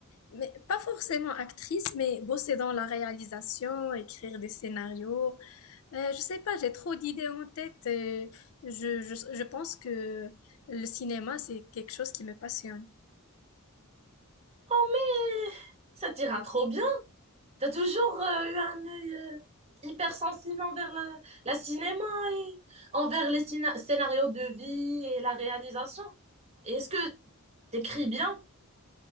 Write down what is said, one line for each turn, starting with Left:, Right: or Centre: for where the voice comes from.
Left: Mais pas forcément actrice, mais bosser dans la réalisation, écrire des scénarios. Euh, je sais pas, j'ai trop d'idées en tête. euh, je, je, je pense que le cinéma, c'est quelque chose qui me passionne.
Right: Oh, mais ça t'ira trop bien. T'as toujours euh, eu un œil euh, hypersensible envers la, la cinéma et envers les cina- scénarios de vie et la réalisation. Et Est-ce que t'écris bien?